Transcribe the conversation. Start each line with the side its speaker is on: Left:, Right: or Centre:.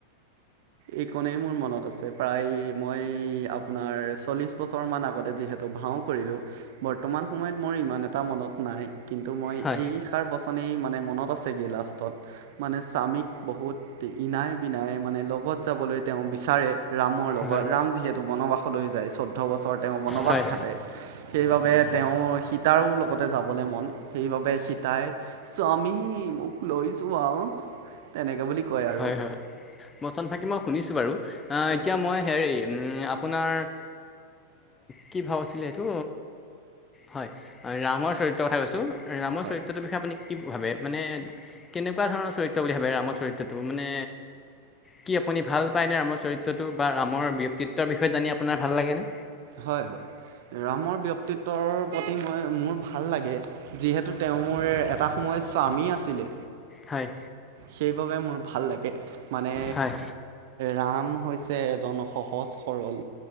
Right: এই কণেই মোৰ মনত আছে প্ৰায় মই আপোনাৰ চল্লিশ বছৰ মান আগতে যিহেতু ভাও কৰিলো বৰ্তমান সময়ত মোৰ ইমান এটা মনত নাই কিন্তু মই
Left: হয়
Right: এইষাৰ বচনেই মানে মনত আছেগৈ লাষ্টত মানে স্বামীক বহুত ইনাই বিনাই মানে লগত যাবলৈ তেওঁ বিচাৰে ৰামৰ লগত
Left: হয়
Right: ৰাম যিহেতু বনবাস লৈ যায় চৈধ্য বছৰ তেওঁ বনবাস
Left: হয়
Right: খাটে সেইবাবে তেওঁ সীতাৰো লগতে যাবলৈ মন সেইবাবে সীতাই স্বামী মোক লৈ যোৱা আহ তেনেকে বুলি কয় আৰু
Left: হয় হয় বচন ফাকি মই শুনিছো বাৰু অ
Right: হয়
Left: এতিয়া মই হেৰি আপোনাৰ কি ভাও আছিলে এইটো হয় ৰামৰ চৰিত্ৰৰ কথা কৈছো ৰামৰ
Right: হয়
Left: চৰিত্ৰটোৰ বিষয়ে আপুনি কি ভাবে মানে কেনেকুৱা ধৰণৰ চৰিত্ৰ বুলি ভাবে ৰামৰ চৰিত্ৰ তটো মানে কি আপুনি ভাল পায়নে ৰামৰ চৰিত্ৰটো বা ৰামৰ ব্যক্তিত্বৰ বিষয়ে জানি আপোনাৰ ভাল লাগেনে
Right: হয় হয় ৰামৰ ব্যক্তিত্বৰ প্ৰতি মই মোৰ ভাল লাগে যিহেতু তেওঁ মোৰ এটা সময়ত স্বামী আছিলে
Left: হয়
Right: সেইবাবে মোৰ ভাল লাগে মানে
Left: হয়
Right: ৰাম হৈছে এজন সহজ সৰল